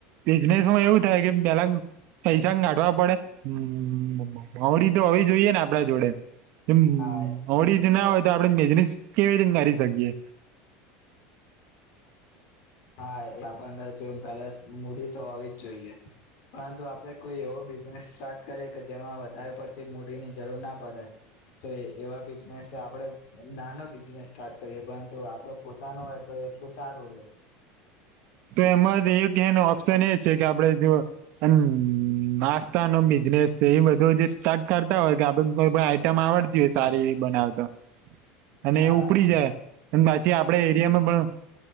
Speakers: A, on the right (about 45°); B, on the left (about 50°).
A: બિઝનેસ માં એવું થાય કે પેલા પૈસા <unintelligible> પડે <unintelligible> તો હોવી જોઈએ ને આપડા જોડે એમ
B: હા
A: <unintelligible> જ ના તો આપણે બિઝનેસ કેવી <inaudible> કરી શકીએ
B: હા એ આપણને જો કદાશ મૂડી તો હોવી જ જોઈએ પરંતુ આપડે કોઈ એવો બિઝનેસ સ્ટાર્ટ કરીએ કે જેમાં વધારે પડતી મૂડીની જરૂર ના પડે તો એવા બિઝનેસ આપડે નાનો બિઝનેસ સ્ટાર્ટ કરીએ પરંતુ આપડે પોતાનો હોય તો એટલું સારું <unintelligible>
A: તો એમાં <unintelligible> ઓપ્શન એ છે, કે આપડે જો હમ નાસ્તા નો બિઝનેસ છે, એ બધું જે સ્ટાર્ટ કરતા હોય કે આપડ કોઈ આઈટમ આવડતી હોય સારી એવી બનાવતા અને
B: હા
A: એ ઉપડી જાય અને પાછી આપડા એરિયામાં